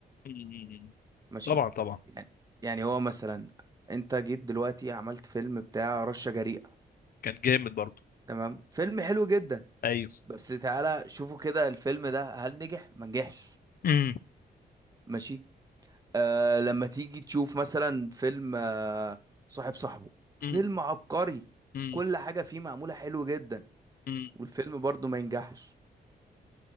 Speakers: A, on the left (about 60°); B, on the right (about 20°).
A: مم.
B: ماشي
A: طبعا طبعا
B: يعني يعني هو مثلا انت جيت دلوقتي عملت فيلم بتاع رشة جريئة
A: كان جامد برضو
B: تمام فيلم حلو جدا
A: ايوه
B: بس تعالى شوفوا كده الفيلم ده هل نجح ما نجحش
A: مم.
B: ماشي آه لما تيجي تشوف مثلا فيلم آه صاحب صاحبه فيلم
A: مم.
B: عبقري
A: مم.
B: كل حاجة فيه معمولة حلو جدا
A: مم.
B: والفيلم برضو ما ينجحش